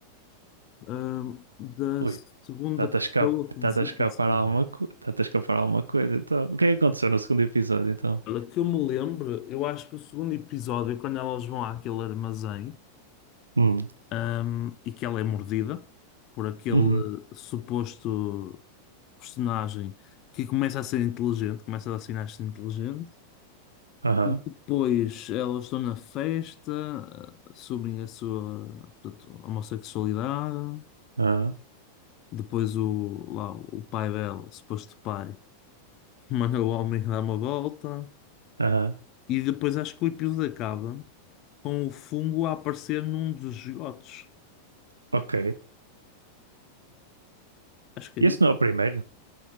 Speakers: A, on the left (about 35°); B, on the right (about 75°).
A: Hum, da
B: Ui,
A: segunda
B: está-te
A: pessoa
B: a escapar, está-te
A: que desapareceu.
B: a escapar alguma, co- está-te a escapar alguma coisa. Então, o que é que aconteceu no segundo episódio, então?
A: Olha, que eu me lembro, eu acho que o segundo episódio, quando elas vão àquele armazém.
B: Hum,
A: ahm, e que ela é mordida por aquele
B: uhum,
A: suposto personagem que começa a ser inteligente, começa a dar sinais de ser inteligente.
B: aham,
A: E depois elas estão na festa, assumem a sua, portanto, homossexualidade.
B: aham,
A: Depois o, lá, o pai dela, o suposto pai, <laughs> manda o homem dar uma volta.
B: aham,
A: E depois acho que o episódio acaba com o fungo a aparecer num dos esgotos.
B: ok.
A: Acho que
B: Esse
A: é
B: não é o primeiro.